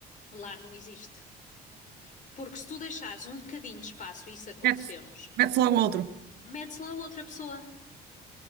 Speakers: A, on the left; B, on the right.
A: Lá não existe. Porque se tu deixares um bocadinho de espaço, isso aconteceu-nos,
B: Mete-se mete-se logo outro.
A: metes lá outra pessoa.